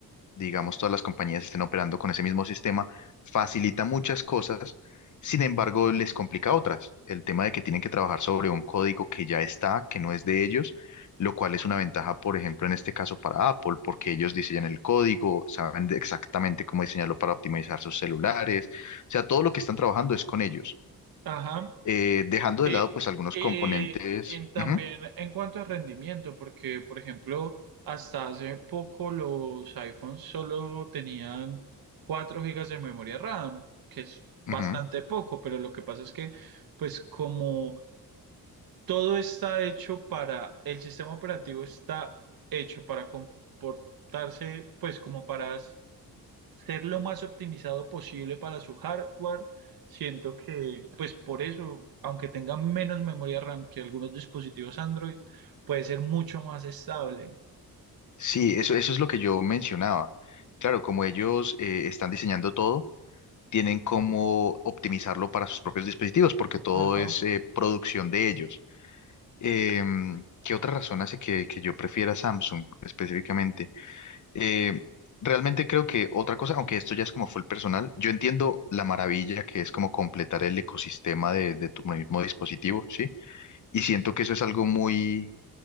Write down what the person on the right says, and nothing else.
ajá.
Eh,
eh,
y también
en cuanto a rendimiento, porque, por ejemplo, hasta hace poco los iPhones solo tenían 4 gigas de memoria RAM, que es bastante
poco, pero lo que pasa es que, pues como todo está hecho para, el sistema operativo está hecho para comportarse, pues como para s- ser lo más optimizado posible para su hardware. Siento que, pues por eso, aunque tenga menos memoria RAM que algunos dispositivos Android, puede ser mucho más estable.
Ajá,